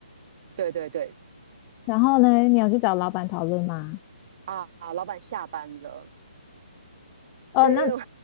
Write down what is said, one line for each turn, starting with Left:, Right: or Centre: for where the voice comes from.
Right: 对对对，
Left: 然后呢，你要去找老板讨论吗？
Right: 啊，老板下班了，
Left: 哦，
Right: 因为因为我
Left: 那